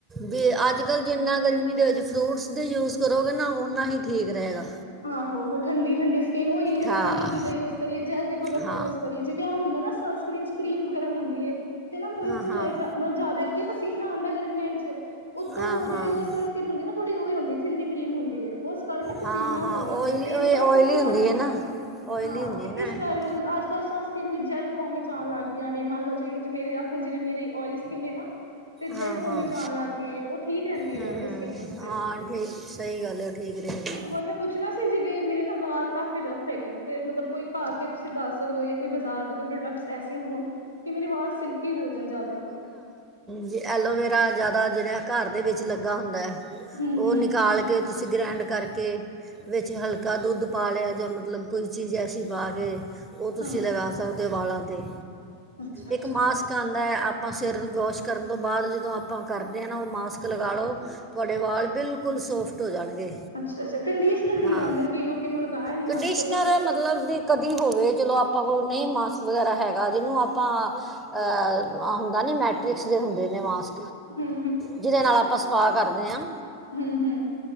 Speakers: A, in the centre; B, on the left (about 80°).
A: ਵੀ ਅੱਜ ਕੱਲ੍ਹ ਜਿੰਨਾ ਗਰਮੀ ਦੇ ਵਿੱਚ ਫਰੂਟਸ ਦੇ ਯੂਜ ਕਰੋਗੇ ਨਾ ਓਨਾ ਹੀ ਠੀਕ ਰਹੇਗਾ
B: ਆਹੋ ਠੰਡੀ ਠੰਡੀ ਸਕਿਨ ਈ
A: ਹਾਂ
B: ਠੰਡੀ ਚੀਜ਼ਾਂ ਯੂਜ ਕਰੀਏ ਜੈਲ ਦੇ ਪ੍ਰੋਡਕਟ
A: ਹਾਂ
B: ਯੂਜ ਕਰੀਏ। ਜਿਵੇਂ ਆਹ ਹੁੰਦਾ ਨਾ ਸਨ ਸਕਰੀਨ ਚ ਕਰੀਮ ਵਗੈਰਾ ਹੁੰਦੀ ਹੈ ਤੇ ਨਾ ਮੋਸਚ
A: ਹਾਂ ਹਾਂ
B: ਮਤਲਬ ਜ਼ਿਆਦਾ ਅੱਗੇ ਪਸੀਨਾ ਆਉਂਦਾ ਗਰਮੀਆਂ ਚ ਉਤੋਂ
A: ਹਾਂ
B: ਉਹ ਜਿਹੜੀ
A: ਹਾਂ
B: ਉਹ ਸਨ ਸਕਿਨ ਹੁੰਦੀ ਨਾ ਥੋੜ੍ਹੀ ਉਹ ਵੀ ਹੁੰਦੀ ਥਿੰਦੀ ਕਰੀਮ ਹੁੰਦੀ ਉਸ ਕਾਰਨ ਨਾ। ਪਸੀਨਾ
A: ਹਾਂ ਹਾਂ
B: ਹੋਰ ਆਂਦਾ
A: ਆਇਲੀ
B: ਫੇਸ ਬੜਾ
A: ਆਇਲੀ
B: ਚਿਪਚਿਪਾ
A: ਹੁੰਦੀ
B: ਲੱਗਦਾ
A: ਹੈ ਨਾ ਆਇਲੀ
B: ਐ
A: ਹੁੰਦੀ
B: ਤੇ
A: ਹੈ ਨਾ
B: ਇਸ
A: ਇਹ।
B: ਕਰ ਮਤਲਬ ਅੱਜ-ਕੱਲ੍ਹ ਸਾਨੂੰ ਸਕਿੰਨ ਵੀ ਜੈਲ ਫੋਰਮ ਵਿੱਚ ਆਉਣ ਲੱਗ ਗਈਆਂ ਨੇ। ਮੰਨ ਲਓ ਵੇੇ ਆਖਣ ਜਿਵੇਂ ਮੇਰੀ ਓਇਲੀ ਸਕਿਨ ਐ। ਨਾ ਤੇ ਜੈਲ
A: ਹਾਂ
B: ਫੋਮ
A: ਹਾਂ
B: ਵਿੱਚ ਚ ਆਉਣ ਲੱਗ ਗਈ ਏ। ਉਹ ਠੀਕ ਰਹਿੰਦੀ
A: ਹੂੰ
B: ਆਇਲੀ
A: ਹੂੰ
B: ਸਕਿੰਨ ਵਸਤੇ।
A: ਹਾਂ, ਠੀਕ ਸਹੀ ਗੱਲ ਹੈ ਠੀਕ ਰਹੇਗੀ।
B: ਹੋਰ ਮੈਂ ਪੁੱਛਣਾ ਸੀ ਜਿਵੇ ਮੇਰੇ ਨਾ ਵਾਲ ਕਾਫੀ ਰਫ ਹੈਗੇ ਨੇ ਤੇ। ਮਤਲਬ ਕੋਈ ਘਰ ਦੇ ਤੁਸੀਂ ਦੱਸ ਸਕਦੇ ਹੋ? ਜਾਂ ਕੋਈ ਬਾਜ਼ਾਰ ਦੇ ਕੋਈ ਪ੍ਰੋਡਕਟ ਐਸੇ ਹੋਨ, ਕਿ ਮੇਰੇ ਵਾਲ ਸਿਲਕੀ ਹੋ ਜਾਣ ਜਿਆਦਾ।
A: ਜੇ ਐਲੋਵੇਰਾ ਜ਼ਿਆਦਾ ਜੇੜਾ ਘਰ ਦੇ ਵਿੱਚ ਲੱਗਾ ਹੁੰਦਾ
B: ਹੂੰ
A: ਉਹ
B: ਹੂੰ
A: ਨਿਕਾਲ ਕੇ ਤੁਸੀਂ ਗ੍ਰਾਂਡ ਕਰਕੇ ਵਿੱਚ ਹਲਕਾ ਦੁੱਧ ਪਾ ਲਿਆ ਜਾਂ ਮਤਲਬ ਕੋਈ ਚੀਜ਼ ਐਸੀ ਪਾ ਕੇ ਉਹ ਤੁਸੀਂ
B: ਹਾਂ
A: ਲਗਾ
B: ਹਾਂ
A: ਸਕਦੇ ਵਾਲਾਂ 'ਤੇ
B: ਅੱਛਾ ਅੱਛਾ
A: ਇੱਕ ਮਾਸ ਕਾ ਆਉਂਦਾ ਹੈ ਆਪਾਂ ਸਿਰ ਵੋਸ਼ ਕਰਨ ਤੋਂ ਬਾਅਦ ਜਦੋਂ ਆਪਾਂ ਕਰਦੇ ਆ ਨਾ ਉਹ ਮਾਸਕ ਲਗਾ ਲਉ ਤੁਆਡੇ ਵਾਲ ਬਿਲਕੁਲ ਸੋਫਟ ਹੋ ਜਾਣਗੇ
B: ਅੱਛਾ ਅੱਛਾ ਕੰਡੀਸ਼ਨਰ ਵੀ
A: ਹਾਂ
B: ਲਗਾਉਂਦੇ ਨੇ ਕਈ ਲੋਕੀ ਮੈਂ ਲਗਾਇਆ ਨੀ
A: ਕੰਡੀਸ਼
B: ਅੱਜ ਤੱਕ
A: ਮੇਰਾ ਮਤਲਬ ਵੀ ਕਦੀ ਹੋਵੇ ਚਲੋ ਆਪਾਂ ਕੋਲ ਨਹੀਂ ਮਾਸਕ ਵਗੈਰਾ ਹੈਗਾ ਜਿਹਨੂੰ ਆਪਾਂ ਅ ਹੁੰਦਾ ਨੀ ਮੈਟ੍ਰਿਕਸ ਦੇ ਹੁੰਦੇ ਨੇ ਮਾਸ
B: ਹੂੰ
A: ਜਿਹਦੇ ਨਾਲ ਆਪਾਂ ਸਪਾਹ ਕਰਦੇ ਹਾਂ।
B: ਹਮ ਹਮ